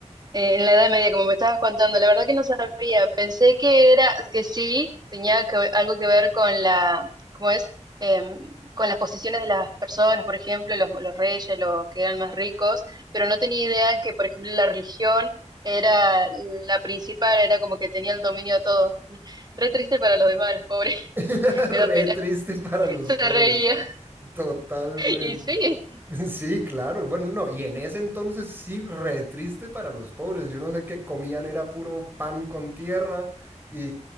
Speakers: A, on the right (about 35°); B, on the right (about 15°).
A: Eh, en la Edad Media, como me estabas contando, la verdad que no sabía. Pensé que era, que sí, tenía que, ve- algo que ver con la, ¿cómo es? Em, con las posiciones de las personas, por ejemplo, los, los reyes, los que eran más ricos, pero no tenía idea que, por ejemplo, la religión era la principal, era como que tenía el dominio de todo. <laughs> Re triste para los demás, los pobres,
B: <laughs>
A: <laughs>
B: Re
A: me da pena.
B: triste para
A: <laughs>
B: los
A: Se
B: pobres.
A: reía.
B: Totalmente.
A: Y sí,
B: Sí, claro. Bueno, no, y en ese entonces sí, re triste para los pobres. Yo no sé qué comían, era puro pan con tierra y,